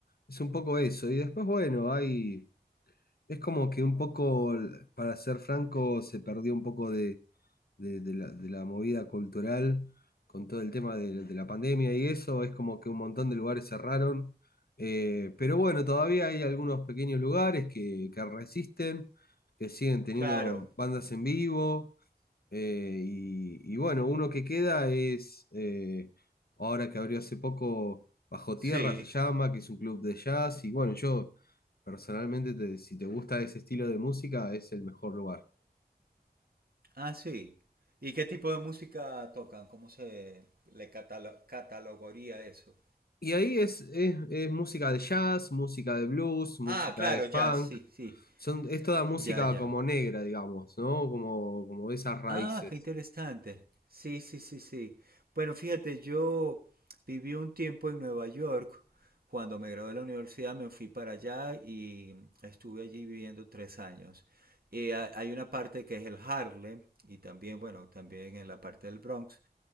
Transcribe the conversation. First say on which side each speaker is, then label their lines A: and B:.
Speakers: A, on the left; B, on the right.
A: es un poco eso. Y después, bueno, hay, es como que un poco, para ser franco, se perdió un poco de, de- de la, de la movida cultural con todo el tema de, de la pandemia y eso. Es como que un montón de lugares cerraron. Eh, pero bueno, todavía hay algunos pequeños lugares que, que resisten, que siguen teniendo
B: claro,
A: bandas en vivo. Eh, y, y bueno, uno que queda es, eh, ahora que abrió hace poco, Bajo
B: sí.
A: Tierra se llama, que es un club de jazz. Y bueno, yo personalmente, te- si te gusta ese estilo de música, es el mejor lugar.
B: Ah, sí. ¿Y qué tipo de música tocan? ¿Cómo se le catalo- catalogaría eso?
A: Y ahí es, es, es música de jazz, música de blues, música
B: Ah, claro,
A: de funk.
B: ya, sí. Sí,
A: Son, es toda música
B: ya, ya.
A: como negra, digamos, ¿no? Como, como esas raíces.
B: Ah, qué interesante. Sí, sí, sí, sí. Bueno, fíjate, yo viví un tiempo en Nueva York. Cuando me gradué de la universidad me fui para allá y estuve allí viviendo tres años. Y ha- hay una parte que es el Harlem y también, bueno, también en la parte del Bronx,